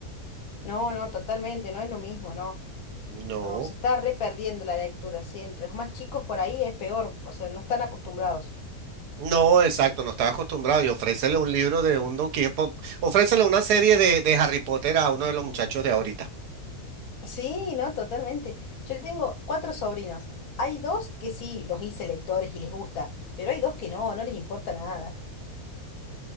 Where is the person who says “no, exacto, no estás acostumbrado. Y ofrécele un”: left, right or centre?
Right